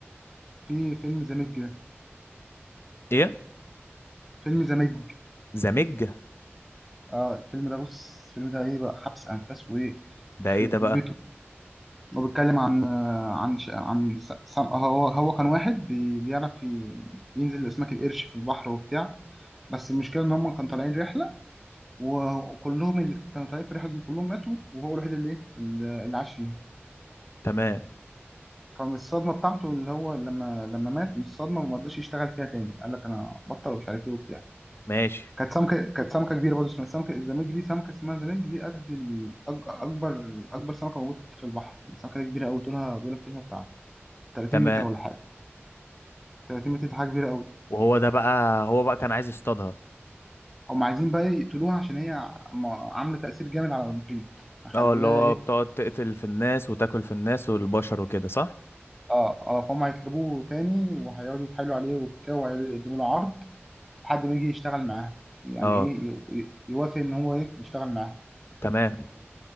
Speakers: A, in the centre; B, on the left.
A: في فيلم زاميج ده
B: ايه
A: فيلم زاميج
B: زمج
A: اه الفيلم ده بص الفيلم ده ايه بقى حبس انفاس وايه
B: ده
A: يخرب
B: ايه ده بقى
A: بيته هو بيتكلم عن عن عن س- س- هو هو كان واحد بي- بيعرف ي- ينزل لأسماك القرش في البحر وبتاع بس المشكلة إن هم كانوا طالعين رحلة وكلهم اللي كانوا طالعين في الرحلة دي كلهم ماتوا وهو الوحيد اللي إيه اللي اللي عاش فيها
B: تمام
A: فمن الصدمة بتاعته اللي هو لما لما مات من الصدمة ما رضاش يشتغل فيها تاني قال لك أنا بطل ومش عارف إيه وبتاع
B: ماشي
A: كانت سمكة كانت سمكة كبيرة برضه اسمها سمكة الزمالك دي سمكة اسمها زمالك دي قد ال- أك- أكبر أكبر سمكة موجودة في البحر يعني السمكة دي كبيرة أوي طولها بيقول لك طولها بتاع 30
B: تمام
A: متر ولا حاجة 30 متر دي حاجه كبيره قوي
B: وهو ده بقى هو بقى كان عايز يصطادها
A: هم عايزين بقى يقتلوها عشان هي عم- عامله تاثير جامد على المحيط مخليها
B: اه اللي هو
A: ايه
B: بتقعد تقتل في الناس وتاكل في الناس والبشر وكده صح
A: اه اه فهم هيطلبوه تاني وهيقعدوا يتحايلوا عليه وبتاع وهيقعدوا يقدموا له عرض لحد ما يجي يشتغل معاها يعني
B: اه
A: ايه يو- يو- يوافق ان هو ايه يشتغل معاها
B: تمام